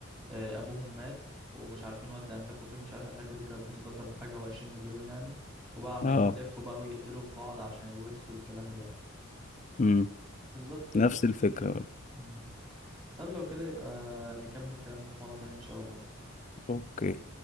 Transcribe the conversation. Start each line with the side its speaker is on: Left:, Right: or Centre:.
Right: آه، أبوهم مات ومش عارفين ودى أملاكه فين مش عارف أملاكه دي كانت بتقدر بحاجة وعشرين مليون يعني وبقى عمالين
Left: اه
Right: يلفوا بقى ويقتلوا في بعض عشان الورث والكلام ده بقى
Left: امم
Right: بالظبط
Left: نفس الفكرة برضو
Right: مم. طب لو كده يبقى نكمل كلامنا في مرة تانية إن شاء الله
Left: اوكي